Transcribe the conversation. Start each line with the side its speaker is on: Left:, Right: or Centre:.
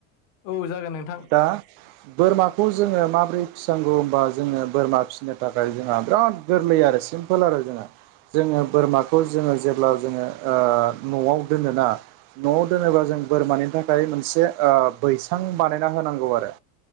Left: औ जागोन नोंथां
Right: दा बोरमाखौ जोङो माबोरै फिनांगौ होनोमबा जोङो बोरमा फिसिनो थाखाय जोंहा बिराद गोरलै आरो सिम्पोल आरो जोंना जोङो बोरमाखौ जोङो जेब्ला जोङो नआव दोनोना नआव दोनोबा जोङो बोरमानि थाखाय मोनसे ओ बैसां बानायना होनांगौ आरो।